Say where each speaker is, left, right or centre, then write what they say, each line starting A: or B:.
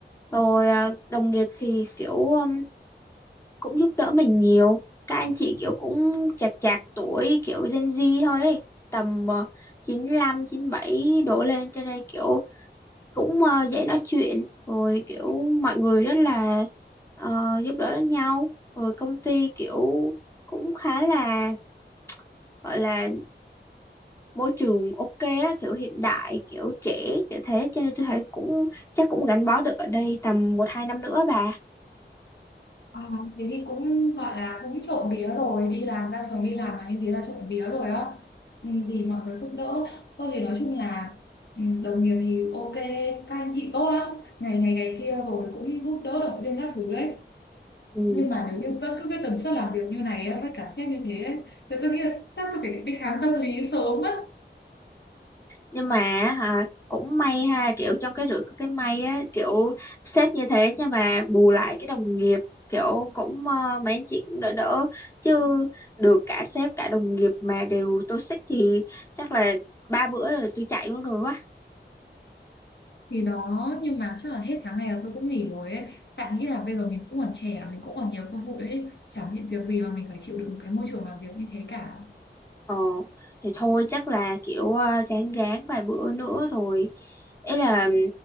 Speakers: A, on the left; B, on the left.
A: Rồi ờ, đồng nghiệp thì kiểu ừm, cũng giúp đỡ mình nhiều. Các anh chị kiểu cũng chạc chạc tuổi kiểu Gen Z thôi ấy, tầm uh, chín lăm, chín bảy đổ lên cho nên kiểu cũng ờ, dễ nói chuyện rồi kiểu mọi người rất là ờ, giúp đỡ lẫn nhau rồi công ty kiểu cũng khá là gọi là môi trường ok á kiểu hiện đại kiểu trẻ kiểu thế cho nên tôi thấy cũng chắc cũng gắn bó được ở đây tầm một hai năm nữa bà
B: À, thế thì cũng gọi là cũng trộm vía rồi đi làm ra trường đi làm mà như thế là trộm vía rồi á ừ, thì mọi người giúp đỡ tôi thì nói chung là ừ, đồng nghiệp thì ok các anh chị tốt lắm ngày này ngày kia rồi cũng giúp đỡ động viên các thứ đấy
A: ừ.
B: nhưng mà nếu như vẫn cứ cái tần suất làm việc như này á, với cả sếp như thế ấy, thì tôi nghĩ là chắc tôi phải đi khám tâm lý sớm mất
A: nhưng mà hả, cũng may ha kiểu trong cái rủi có cái may á kiểu sếp như thế nhưng mà bù lại cái đồng nghiệp kiểu cũng ờ, mấy anh chị cũng đỡ đỡ chứ được cả sếp cả đồng nghiệp mà đều toxic thì chắc là ba bữa rồi tôi chạy luôn rồi quá
B: thì đó nhưng mà chắc là hết tháng này là tôi cũng nghỉ rồi ấy tại nghĩ là bây giờ mình cũng còn trẻ mình cũng còn nhiều cơ hội ấy chẳng những việc gì mà mình phải chịu đựng một cái môi trường làm việc như thế cả
A: ờ thì thôi chắc là kiểu ờ, ráng ráng vài bữa nữa rồi ý là